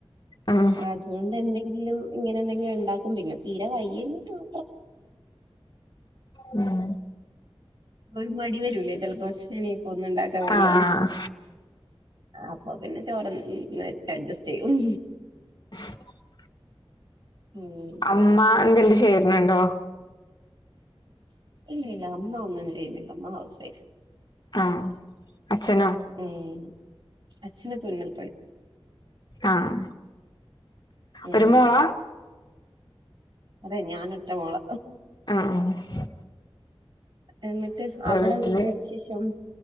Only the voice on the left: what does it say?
ഉം
ഉം
ആഹ്
<inaudible>
അമ്മ എന്തെങ്കിലും ചേര്ണ്ണ്ണ്ടോ
ആഹ് അച്ഛനോ?
ആഹ്
ഒരുമോള?
ആഹ്
വീട്ടില്